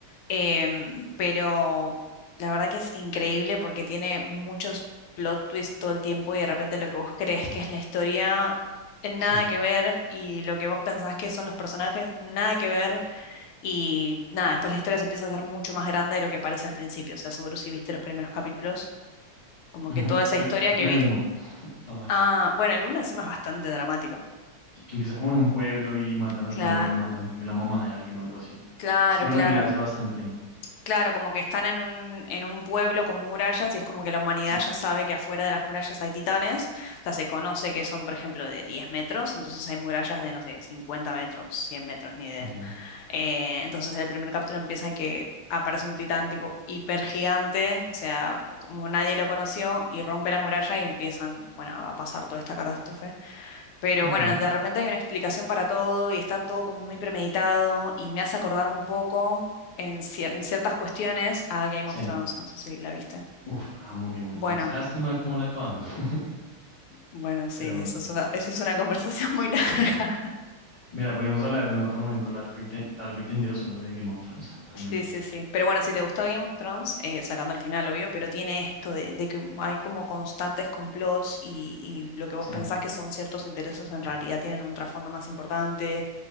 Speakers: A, on the left (about 85°); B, on the left (about 30°).
A: Em, pero la verdad que es increíble porque tiene muchos plot twists todo el tiempo y de repente lo que vos crees que es la historia, eh, nada
B: Sí.
A: que ver, y lo que vos pensás que son los personajes, nada que ver. Y nada, después la historia se empieza a hacer mucho más grande de lo que parece al principio. O sea, seguro si viste los primeros capítulos, como
B: Ujú.
A: que toda esa
B: Pe-
A: historia
B: Creo que
A: que
B: me
A: viste.
B: vi uno, nomás.
A: Ah, bueno, el uno encima es bastante dramático.
B: Que que empieza como en un pueblo y matan a
A: Cla-
B: todo el mundo y matan, creo que la mamá de alguien o algo así.
A: claro,
B: Es que me
A: claro.
B: lo vi hace bastante tiempo.
A: Claro, como que están en un, en un pueblo con murallas y es como que la humanidad
B: Sí.
A: ya sabe que afuera de las murallas hay titanes. O sea, se conoce que son, por ejemplo, de 10 metros, entonces hay murallas de, no sé, 50 metros, 100 metros, ni idea.
B: Ok.
A: Eh, entonces el primer capítulo empieza en que aparece un titán tipo hiper gigante, o sea, como nadie lo conoció, y rompe la muralla y empiezan, como, bueno, a pasar toda esta catástrofe. Pero
B: Ok.
A: bueno, de repente hay una explicación para todo y está todo como muy premeditado y me hace acordar un poco en, cier- en ciertas cuestiones a Game
B: Sí.
A: of Thrones, no sé si la viste.
B: Uf, amo Game of
A: Bueno,
B: Thrones. Lástima cómo la acabaron. <laughs>
A: bueno, sí,
B: Pero bueno.
A: eso es una, eso es una <laughs> conversación muy larga.
B: Mira, podemos hablar en otro momento largo y, te- largo y tendido solo de Game of Thrones, realmente.
A: Sí, sí, sí. Pero bueno, si te gustó Game of Thrones, eh, sacando el final, obvio, pero tiene esto de, de que hay como constantes complots y, y lo que vos
B: Sí.
A: pensás que son ciertos intereses en realidad tienen un trasfondo más importante.